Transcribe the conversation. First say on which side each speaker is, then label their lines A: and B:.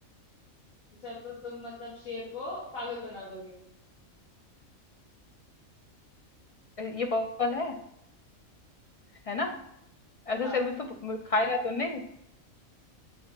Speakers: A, on the left; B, on the left.
A: अच्छा तो तुम मतलब शेर को पागल बना दोगे
B: ये पॉसिबल है है ना ऐसे
A: हाँ
B: शर्म तो खाएगा तो नहीं